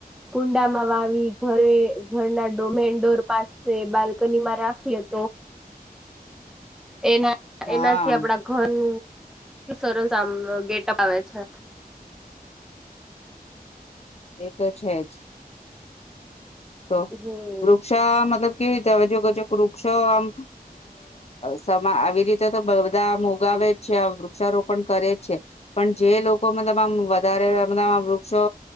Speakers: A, in the centre; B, on the left (about 40°).
A: કુંડામાં વાવી ઘરે ઘરના ડોમેન ડોર પાસે બાલ્કની માં રાખીએ તો એના
B: હા.
A: એનાથી આપણા ઘરનું એટલું સરસ આમ ગેટઅપ આવે છે.
B: એ તો છે જ તો
A: હમ
B: વૃક્ષા મતલબ કેવી રીતે હવે જો કે વૃક્ષો આમ સ આવી રીતે તો બધા આમ ઉગાવે જ છે વૃ વૃક્ષા રોપણ કરે છે, પણ જે લો કો મતલબ આમ વધારે અમ વૃક્ષો